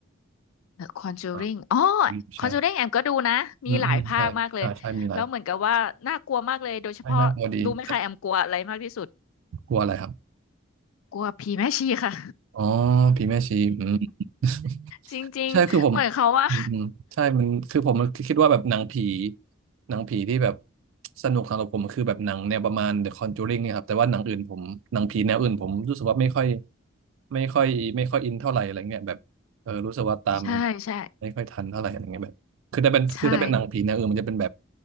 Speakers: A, on the left; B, on the right.
A: The Conjuring
B: อ่า
A: อ๋อ
B: ใช่
A: Conjuring แอมก็ดูนะมีหลายภาคมากเลยแล้วเหมือนกับว่าน่ากลัวมากเลยโดยเฉพาะรู้ไหมคะแอมกลัวอะไรมากที่สุด
B: อืมอืมใช่อ่าใช่มีหลายใช่น่ากลัวดีแต่กลัวอะไรครับ
A: กลัวผีแม่ชีค่ะ
B: อ๋อผีแม่ชีอืม <laughs>
A: จริงๆเหมือนเขาว่า
B: ใช่คือผมอืมอืมใช่มันคือผมคิดว่าแบบหนังผีหนังผีที่แบบสนุกสำหรับผมคือแบบหนังแนวประมาณ The Conjuring เนี่ยครับแต่ว่าหนังอื่นผมหนังผีแนวอื่นผมรู้สึกว่าไม่ค่อยไม่ค่อยไม่ค่อยอินเท่าไหร่อะไรเงี้ยแบบเออรู้สึกว่าตาม
A: <laughs> ใช่ใช่
B: ไม่ค่อยทันเท่าไหร่อะไรเงี้ยแบบคือถ้าเป็นคือถ้าเป็นหนังผีแนวอื่นมันจะเป็นแบบ
A: ใช่